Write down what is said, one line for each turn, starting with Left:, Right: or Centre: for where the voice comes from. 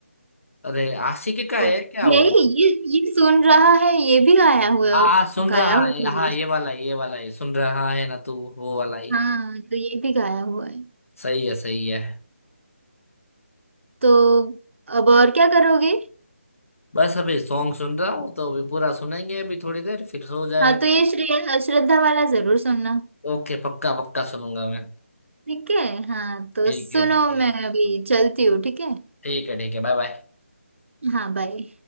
Left: अरे आशिकी का है
Right: ओ,
Left: क्या
Right: यही
Left: वो
Right: ये ये सुन रहा है ये भी गाया हुआ
Left: हाँ हाँ सुन रहा
Right: गाया हुआ
Left: है हाँ
Right: है
Left: ये वाला ये वाला है सुन रहा है ना तू वो वाला ही
Right: हाँ तो ये भी गाया हुआ है
Left: सही है सही है
Right: तो अब और क्या करोगे
Left: बस अभी सॉन्ग सुन रहा हूँ तो अभी पूरा सुनेंगे अभी थोड़ी देर फिर सो जाएंगे
Right: हाँ तो ये श्रेया श्रद्धा वाला जरूर सुनना
Left: ओके पक्का पक्का सुनूंगा मैं
Right: ठीक है हाँ तो
Left: ठीक
Right: सुनो
Left: है ठीक है
Right: मैं अभी चलती हूँ ठीक है
Left: ठीक है ठीक है बाय बाय
Right: हाँ बाय